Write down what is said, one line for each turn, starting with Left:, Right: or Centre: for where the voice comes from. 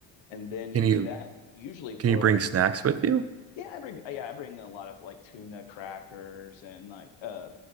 Left: And then you
Right: Can
Left: do
Right: you
Left: that usually for
Right: can you bring
Left: like
Right: snacks with you?
Left: yeah, I bring yeah, I bring a lot of like tuna crackers and like uh